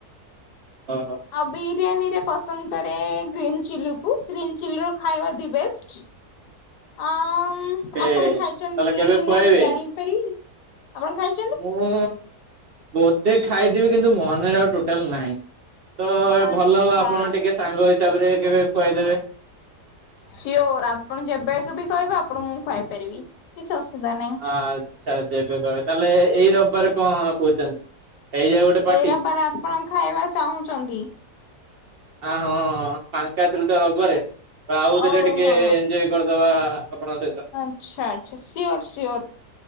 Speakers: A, on the right (about 65°); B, on the left (about 85°).
A: ହ ହ
B: ଆଉ ବିରିୟାନୀ ରେ ପସନ୍ଦ କରେ ଗ୍ରୀନ୍ ଚିଲି କୁ ଗ୍ରୀନ୍ ଚିଲି ର ଖାଇବା ଦି ବେଷ୍ଟ। ଆମ
A: ଏ
B: ଆପଣ ଖାଇଛନ୍ତି
A: ତାହେଲେ
B: କି
A: କେବେ ଖୁଆଇବେ?
B: ନାଇଁ ମୁଁ ଜାଣିପାରିବି ଆପଣ ଖାଇ
A: ମୁଁ ବୋଧେ ଖାଇଥିବି କିନ୍ତୁ ମନରେ ଆଉ ଟୋ ଟଲ ନହିଁ ତ
B: ଆଚ୍ଛା
A: ଭଲ ହବ ଆପଣ ଟିକେ ସାଙ୍ଗ ହିସାବରେ କେବେ ଖୁଆଇଦେବେ।
B: ସିଓର ଆପଣ ଯେବେକୁ ବି କହିବେ ଆପଣଙ୍କୁ ମୁଁ ଖୁଆଇ ପାରିବି କିଛି ଅସୁବିଧା ନାହିଁ।
A: ଆଚ୍ଛା ଯେବେ କହ ତାହେଲେ ଏଇ ରବିବାର କଣ କହୁଛନ୍ତି। ହେଇଯାଉ ଗୋଟେ ପାର୍ଟି
B: ଏ ରବାର ଆପଣ ଖାଇବା ଚାହୁଁଛନ୍ତି।
A: ଆ ହଁ ଫାଙ୍କା ଥିଲେ ତ ହବରେ ଆଉଥିଲେ
B: ଓହୋ
A: ଟିକେ ଏଞ୍ଜୟ କରିଦବା ଆପଣଙ୍କ ସହିତ।
B: ଆଚ୍ଛା ଆଚ୍ଛା ସିଓର ସିଓର